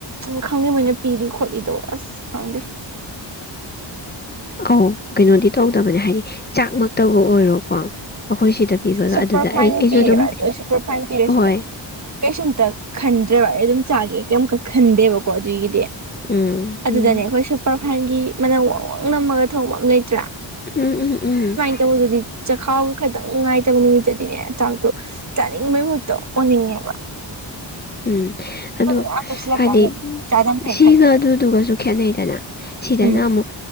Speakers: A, on the right; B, on the left.
A: ꯎꯝ ꯈꯪꯗꯦ ꯃꯣꯏꯅ ꯄꯤꯔꯤ ꯈꯣꯠꯂꯤꯗꯣ ꯑꯁ ꯈꯪꯗꯦ
B: ꯑꯧ ꯀꯩꯅꯣꯗꯤ ꯇꯧꯗꯕꯅꯦ ꯍꯥꯏꯗꯤ ꯆꯥꯛꯃꯛꯇꯕꯨ ꯑꯣꯏꯔꯣꯀꯣ ꯑꯩꯈꯣꯏ ꯁꯤꯗ ꯄꯤꯕꯒ
A: ꯁꯨꯄꯔ
B: ꯑꯗꯨꯗ
A: ꯐꯥꯏꯟ
B: ꯑꯩ ꯑꯩꯁꯨ
A: ꯄꯤꯔꯦꯕ
B: ꯑꯗꯨꯝ
A: ꯑꯗꯣ ꯁꯨꯄꯔ ꯐꯥꯏꯟ ꯄꯤꯔꯁꯨꯅꯦ
B: ꯑꯍꯣꯏ
A: ꯀꯩꯁꯨꯝꯇ ꯈꯟꯗ꯭ꯔꯦꯕ ꯑꯩ ꯑꯗꯨꯝ ꯆꯥꯒꯦ ꯀꯩꯝꯀꯛ ꯈꯟꯗꯦꯕꯀꯣ ꯑꯗꯨꯒꯤꯗꯤ
B: ꯎꯝ
A: ꯑꯗꯨꯗꯅꯦ
B: ꯎꯝ
A: ꯑꯩꯈꯣꯏ ꯁꯨꯄꯔ ꯐꯥꯏꯟꯒꯤ ꯃꯅꯝ ꯋꯪ ꯋꯪ ꯅꯝꯃꯒ ꯊꯣꯡꯕ ꯑꯃ ꯂꯩꯇ꯭ꯔꯥ
B: ꯎꯝ ꯎꯝ ꯎꯝ
A: ꯗꯤ ꯈꯥꯎꯕꯒ ꯈꯤꯇꯪ ꯅꯨꯡꯉꯥꯏꯇꯕ ꯅꯨꯃꯤꯠꯇꯗꯤꯅꯦ ꯆꯥꯛꯇꯣ ꯆꯥꯅꯤꯡꯕꯩ ꯃꯍꯨꯠꯇꯣ ꯑꯣꯟꯅꯤꯡꯉꯦꯕ
B: ꯎꯝ ꯑꯗꯣ
A: ꯃꯌꯥꯝ ꯇꯨꯞꯁꯤꯜꯂꯀꯥꯟꯗꯗꯤ
B: ꯍꯥꯏꯗꯤ
A: ꯆꯥꯗꯝ ꯐꯩ
B: ꯁꯤꯒ
A: ꯈꯜꯂꯦꯕ
B: ꯑꯗꯨꯗꯨꯒꯁꯨ ꯈꯦꯠꯅꯩꯗꯅ ꯁꯤꯗꯅ
A: ꯎꯝ
B: ꯑꯃꯨꯛ